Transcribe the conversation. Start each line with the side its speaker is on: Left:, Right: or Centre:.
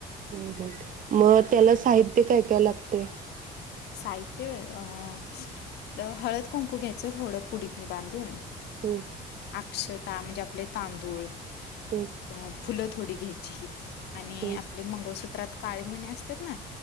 Right: हू हू मग त्याला साहित्य काय काय लागतया.
Left: साहित्य होय आपल हळद कुंकू घ्यायच थोडं पुडीतनी बांधून. अक्षत
Right: हम्म
Left: अक्षता म्हणजे आपले तांदूळ.
Right: हम्म
Left: अ फुलं थोडी घ्यायची. झिर आणि
Right: हम्म
Left: आपले मंगळसूत्र त्रात काळे मणी असत्यात ना